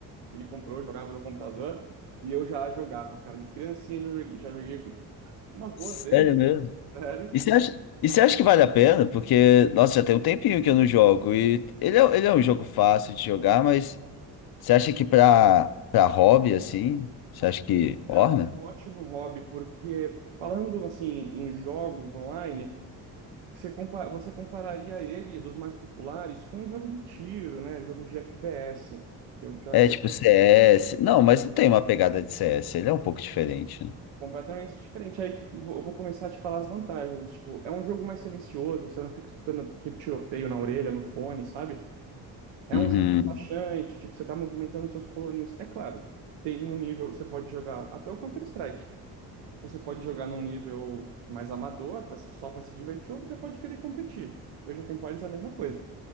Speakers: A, on the right; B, on the left.
A: Ele comprou, jogava no computador. E eu já jogava, cara. De criancinha já joguei, já joguei umas boas
B: Sério
A: vezes,
B: mesmo?
A: sério.
B: E você acha, e você acha que vale a pena? Porque, nossa, já tem um tempinho que eu não jogo. E ele é, ele é um jogo fácil de jogar, mas você acha que pra, pra hobby, assim, você acha que orna?
A: Cara, um ótimo hobby, porque falando assim em jogos online, você, compa você compararia ele dos mais populares com um jogo de tiro, né? Jogo de FPS, que eu já
B: É tipo CS. Não, mas não tem uma pegada de CS, ele é um pouco diferente. né?
A: completamente diferente. Aí que eu vou eu vou começar a te falar as vantagens. Tipo, é um jogo mais silencioso, você não fica escutando aquele tiroteio na orelha, no fone, sabe? É
B: Uhum.
A: um jogo relaxante, tipo, você tá movimentando seus coloninhos. É claro, tem um nível, você pode jogar até o Counter-Strike. Você pode jogar num nível mais amador, pra se- só para se divertir, ou você pode querer competir. O Age of Empires é a mesma coisa.